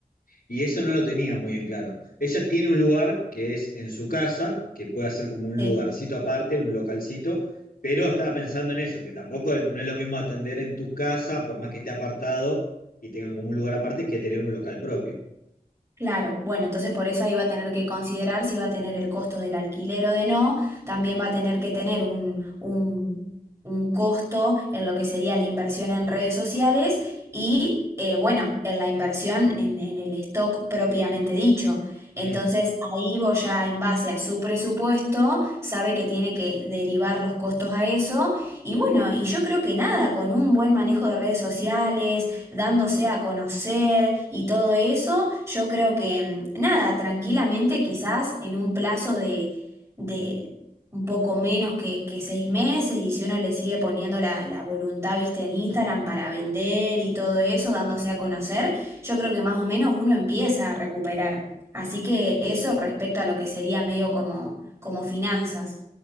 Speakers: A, on the left; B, on the right.
A: Y eso no lo tenía muy en claro. Ella tiene un lugar que es en su casa, que puede ser como un
B: Sí.
A: lugarcito aparte, un localcito, pero estaba pensando en eso, que tampoco no es lo mismo atender en tu casa, por más que esté apartado y tengan como un lugar aparte, que tener un local propio.
B: Claro, bueno, entonces por eso ahí va a tener que considerar si va a tener el costo del alquiler o de no, también va a tener que tener un, un, un costo en lo que sería la inversión en redes sociales y, eh, bueno, en la inversión en, en el stock propiamente dicho.
A: Mm.
B: Entonces ahí vos ya en base a su presupuesto sabe que tiene que derivar los costos a eso y bueno, y yo creo que nada, con un buen manejo de redes sociales dándose a conocer y todo eso, yo creo que mm, nada, tranquilamente quizás en un plazo de, de un poco menos que, que seis meses y si uno le sigue poniendo la, la voluntad, viste, en Instagram para vender y todo eso, dándose a conocer, yo creo que más o menos uno empieza a recuperar. Así que eso respecto a lo que sería medio como, como finanzas.